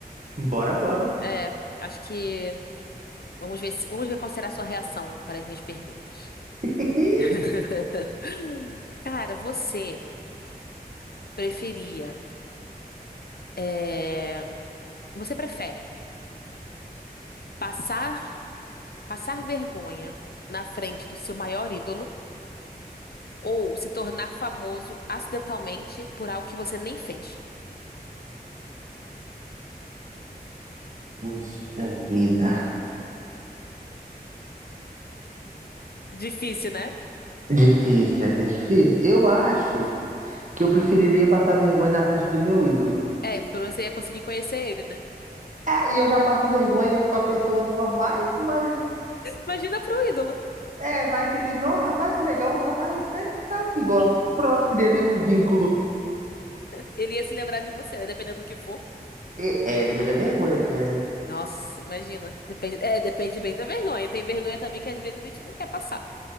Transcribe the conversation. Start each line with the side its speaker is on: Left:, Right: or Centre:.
Right: Bora, bora.
Left: É, acho que vamos ver se- vamos ver qual será a sua reação para as minhas perguntas.
Right: <laughs>
Left: <laughs> Cara, você preferia, é, você prefere passar passar vergonha na frente do seu maior ídolo? Ou se tornar famoso acidentalmente por algo que você nem fez.
Right: Puxa vida.
Left: Difícil, né?
Right: Difícil, essa é difícil. Eu acho que eu preferiria passar vergonha na frente do meu ídolo.
Left: É, pelo menos você ia conseguir conhecer ele, né?
Right: É, e eu já passo vergonha pra pessoas normais, mas
Left: Imagina pro ídolo.
Right: é, vai que ele, não, rapaz, que legal, rapaz, né? Tá, e gosta. Pronto, criaria um vínculo.
Left: Ele ia se lembrar de você, né? Dependendo do que for.
Right: E- é, depende da vergonha também, né?
Left: Nossa, imagina. Depende, é, depende bem da vergonha. Tem vergonha também que às vezes a gente não quer passar.